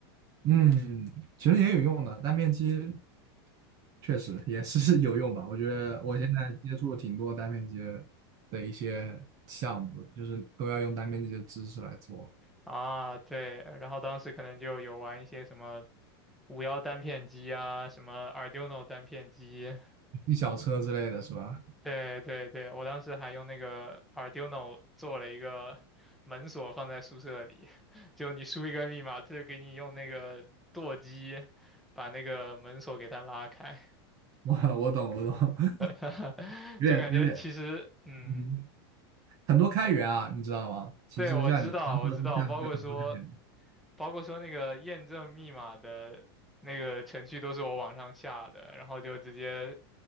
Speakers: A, on the right; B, in the centre.
A: 嗯，其实也有用的，单片机确实也是 <laughs> 有用吧。我觉得我现在接触挺多单片机的一些项目的就是都要用单片机的知识来做，
B: 啊，对，然后当时可能就有玩一些什么五幺单片机啊，什么 Arduino 单片机，
A: 一小车之类的是吧？
B: 对对对，我当时还用那个 Arduino 做了一个门锁放在宿舍里，<laughs> 就你输一个密码，他就给你用那个舵机把那个门锁给它拉开。
A: <laughs> 我我懂，我懂，
B: <laughs>
A: <laughs> 有点有点，
B: 就感觉其实，嗯，
A: 嗯。很多开源啊，你知道吗？其实像你刚说的项目就很多开源
B: 对，我知道，我知道，包括说，包括说那个验证密码的那个程序都是我网上下的，然后就直接